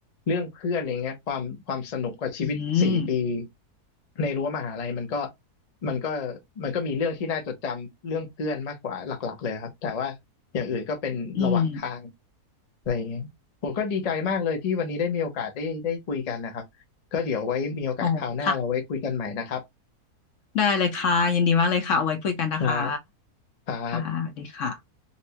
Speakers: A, on the left; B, on the left.
A: เรื่องเพื่อนอะไรเงี้ยความความสนุกกับชีวิตสี่ปี
B: อืม
A: ในรั้วมหาลัยมันก็มันก็มันก็มีเรื่องที่น่าจดจำเรื่องเพื่อนมากกว่าหลักๆเลยครับแต่ว่าอย่างอื่นก็เป็นระหว่างทาง
B: อืม
A: อะไรอย่างเงี้ยผมก็ดีใจมากเลยที่วันนี้ได้มีโอกาสได้ได้คุยกันนะครับ ก็เดี๋ยวไว้มีโอกาสคราวหน้าเราไว้คุยกันใหม่นะครับ
B: โอ้ค่ะได้เลยค่ะยินดีมากเลยค่ะเอาไว้คุยกันนะคะ
A: ครับครับ
B: ค่ะสวัสดีค่ะ